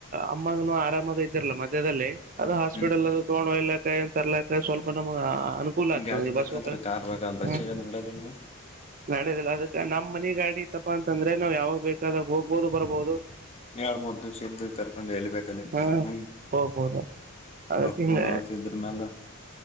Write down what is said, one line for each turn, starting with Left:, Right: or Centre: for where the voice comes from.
Right: ಅಮ್ಮಂಗನು ಆರಾಮದು ಇದರ್ಲ್ಲ ಮಧ್ಯ್ಯದಲ್ಲಿ ಅದು ಹಾಸ್ಪಿಟಲ್
Left: ಹ್ಮ್
Right: ಅದು ತಗೊಂಡೋ ಇಲ್ಲ ಕಾಯಿಂತ ತರ್ಲಕ್ಕ ಸ್ವಲ್ಪ ನಮ್ಗ್ ಅನುಕೂಲ ಆಗ್ತದೆ
Left: ಗಾಡಿ
Right: ಈ
Left: ಬೇಕಂತ್ರ
Right: ಬಸ್ ಹ
Left: ಕಾರ್ ಬೇಕ ಬಸ್ಸಿಗೆ ನಡದಿಲ್ಲ
Right: ನಡದಿಲ್ಲ ಅದಕ್ಕೆ ನಮ್ಮ್ ಮನೆ ಗಾಡಿ ತಪ್ಪ ಅಂತಂದ್ರೆ ನಾವವು ಯಾವಾಗ ಬೇಕಾದಾಗ ಹೋಗ್ಬೋದು ಬರಬಹುದು
Left: ಏಳ್ ಮೂದ ದಿವಸ ಇದ್ದ ಕರ್ಕೊಂಡು ಎಳ್ಬೇಕಲ್ಲಿ
Right: ಹಾ
Left: ಹ್ಮ್
Right: ಹೋಗ್ಬೋದು ಅದಕ್ಕೆ
Left: ಕೂನತಿದ್ರ
Right: ಹಿಂಗ
Left: ಮ್ಯಾಲ